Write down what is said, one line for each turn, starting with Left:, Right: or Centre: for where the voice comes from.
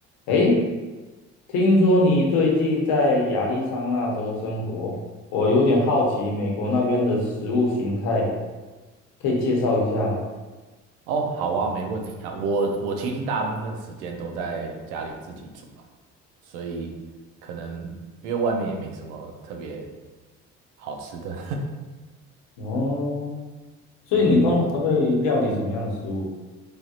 Left: 诶，听说你最近在亚利桑那州生活，我有点好奇美国那边的食物形态，可以介绍一下吗？
Right: 哦，好啊，没问题啊。我我其实大部分时间都在家里自己煮啊，所以可能因为外面也没什么特别好吃的。
Left: 哦，所以你通常都会料理什么样的食物？
Right: <laughs> 嗯，我